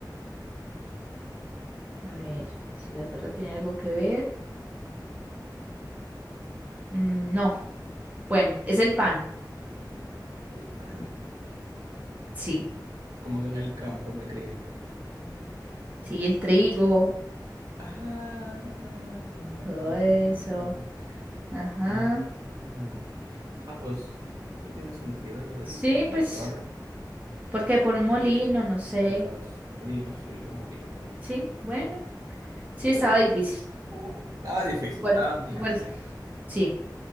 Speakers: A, on the right (about 20°); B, on the right (about 50°).
A: a ver, si la torre tiene algo que ver. Mm, no, bueno, es el pan.
B: El pan.
A: Sí,
B: Como que en el campo me crié.
A: sí, el trigo,
B: Ah,
A: todo
B: el
A: eso.
B: trigo.
A: Ajá.
B: Ah, ah, pues sí, yo creo que tiene sentido lo del,
A: Sí,
B: lo de
A: pues,
B: la torre,
A: porque por un molino, no sé.
B: los molinos, sí, los molinos.
A: Sí, bueno, sí
B: Bueno,
A: estaba difícil.
B: bueno, estaba difícil,
A: Igual,
B: estaba muy
A: igual,
B: amplia.
A: sí,